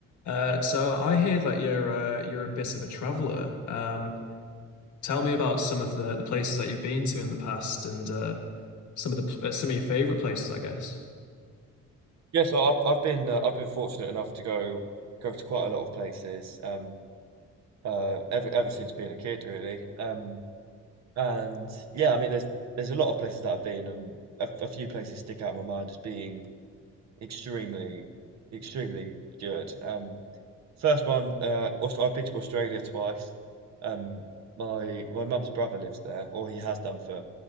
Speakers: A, on the left (about 70°); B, on the right (about 60°).
A: Uh, so I hear that you're uh, you're a bit of a traveler. Um, tell me about some of the, the places that you've been to in the past and uh, some of the pl- uh, some of your favorite places, I guess.
B: Yeah, so I've I've been uh, I've been fortunate enough to go go to quite a lot of places um uh ever ever since being a kid really um and yeah I mean there's there's a lot of places that I've been and a, a few places stick out in my mind as being extremely extremely good um first one uh also I've been to Australia twice um my my mum's brother lives there or he has done for